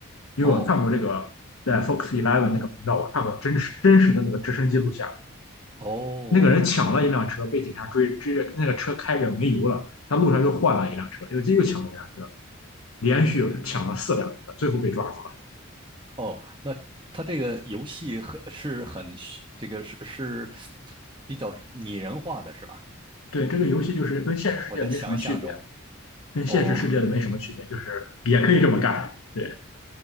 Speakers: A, on the left (about 80°); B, on the right (about 25°).
A: 因为我看过这个在
B: 哦
A: Fox Eleven 那个频道，我看过真实真实的那个直升机录像，
B: 哦
A: 那个人抢了一辆车被警察追追着那个车开着没油了，他路上又换了一辆车，又又抢了一辆车。连续抢了四辆，最后被抓住了。
B: 哦，那他这个游戏很是很虚这个是是比较拟人化的是吧？
A: 对，这个游戏就是跟现实世界没什么区别，
B: 我在想象中。
A: 跟现实世界的没什么区别，
B: 哦
A: 就是也可以这么干。对，